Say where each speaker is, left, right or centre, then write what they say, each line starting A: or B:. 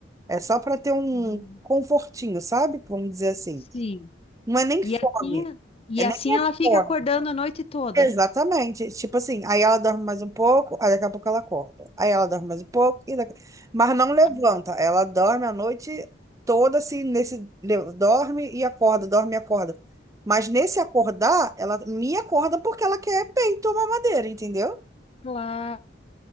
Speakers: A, on the right (about 20°); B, on the left (about 30°).
A: É só para ter um
B: uhum.
A: confortinho, sabe? Vamos dizer assim.
B: Sim.
A: Não é nem
B: E
A: fome.
B: assim, e
A: É
B: assim
A: nem é
B: ela fica
A: fome.
B: acordando a noite toda.
A: Exatamente. Tipo assim, aí ela dorme mais um pouco, aí daqui a pouco ela acorda. Aí ela dorme mais um pouco, e daqui... mas não levanta.
B: Ah.
A: Ela dorme a noite toda assim, nesse. le- Dorme e acorda, dorme e acorda. Mas nesse acordar, ela me acorda porque ela quer peito ou mamadeira, entendeu?
B: Claro,